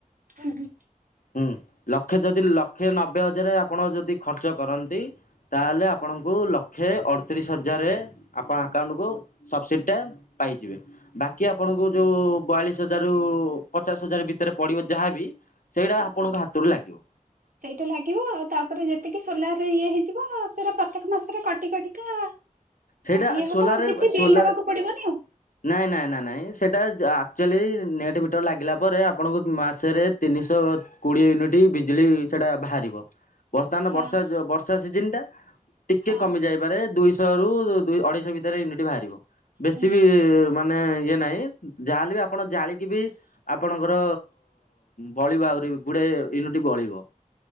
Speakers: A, on the right (about 80°); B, on the left (about 75°).
A: ହୁଁ ହୁଁ।
B: ହୁଁ ଲକ୍ଷେ ଯଦି ଲକ୍ଷେ ନବେ ହଜାର ଆପଣ ଯଦି ଖର୍ଚ୍ଚ କରନ୍ତି। ତାହେଲେ ଆପଣଙ୍କୁ ଲକ୍ଷେ ଅଠତିରିଶ ହଜାର ଆପଣ ଆକାଉଣ୍ଟକୁୁ ସବସିଡି ଟା ପାଇଯିବେ ବାକି ଆପଣଙ୍କୁ ଯୋଉ ବୟାଳିଶ ହଜାରରୁ ପଚାଶ ହଜାର ଭିତରେ ପଡିବ ଯାହାବି ସେଇଟା ଆପଣଙ୍କ
A: ହଁ।
B: ହାତରୁ ଲାଗିବ।
A: ସେଇଟା ଲାଗିବ ଆଉ ତାପରେ ଯେତିକି ସୋଲାର ଇଏ ହେଇଯିବ ସେଟା ପ୍ରତ୍ୟେକ ମାସରେ କଟି କଟିକା
B: ସେଇଟା
A: ଇଏ ହବ
B: ସୋଲାରରେ
A: ଆଉ କିଛି ବିଲ୍
B: ସୋଲାର
A: ଦବାକୁ ପଡିବନି ଆଉ
B: ନାଇଁ ନାଇଁ ନା ନାଇଁ ସେଇଟା ଆକ୍ଚୁଆଲି ନେଟ୍ ମିଟର ଲାଗିଲା ପରେ ଆପଣଙ୍କୁ ମାସେରେ ତିନିଶହ କୋଡିଏ ୟୁନିଟ୍ ବିଜୁଳି ସେଟା ବାହାରିବ। ବର୍ତ୍ତମାନ
A: ହଁ
B: ବର୍ଷା ବର୍ଷା ସିଜିନ ଟା ଟିକେ
A: ହଁ
B: କମିଯାଇପାରେ ଦୁଇଶହ ଅଢେଇଶ ଭିତରେ ନି ବାହାରିବ ବେଶୀ
A: ହୁଁ।
B: ବି ମାନେ ଇଏ ନାହିଁ ଯାହାହେଲେ ବି ଆପଣ ଜାଳିକି ବି ଆପଣଙ୍କର ବଳିବ ଆହୁରି ଗୁଡାଏ ୟୁନିଟ୍ ବଳିବ।